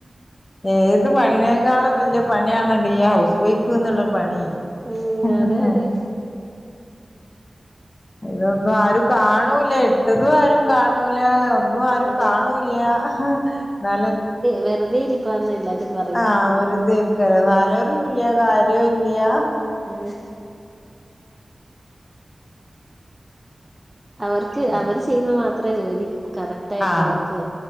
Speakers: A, on the left; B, on the right.
A: ഏത് പണിനേക്കാളും വല്യ പണിയാണല്ലോ, ഈ ഹൗസ് വൈഫ്ന്നുള്ള പണി.
B: ഉം
A: ഹ്ഹഹ്
B: അതെ അതെ
A: ഇതൊന്നും ആരും കാണൂല ഇട്ടതും ആരും കാണൂല ഒന്നും ആരും
B: അതെ
A: കാണൂല്ല. എന്നാല
B: വെറുതെരി പ്പാന് എല്ലാരും പറ
A: ആഹ് വെറുതെരിക്കല്ല സാലറിയൂല്ല കാര്യവും ഇല്ല
B: മ്മ് അവർക്ക്
A: ആഹ്
B: അവര് ചെയ്യുന്ന മാത്രേ ജോലി കറ ട്ടേവർക്ക്
A: ആഹ്